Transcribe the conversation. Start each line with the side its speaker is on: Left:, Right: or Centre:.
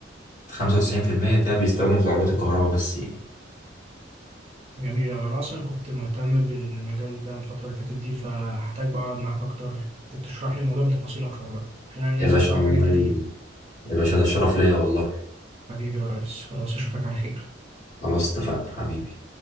Left: 95% ده بيستخدم في العربيات الكهرباء بس يعني
Right: جميل أوي. انا اصلا كنت مهتم بالمجال ده الفتره اللي فاتت دي فهحتاج بقى اقعد معاك اكتر تشرح لي الموضوع بتفاصيل اكتر بقى عشان انا ناسي
Left: يا باشا
Right: بصراحه
Left: والله
Right: حاجات كتير
Left: يا باشا ده شرف ليا والله
Right: حبيبي يا ريس خلاص اشوفك على خير
Left: خلاص اتفقنا حبيبي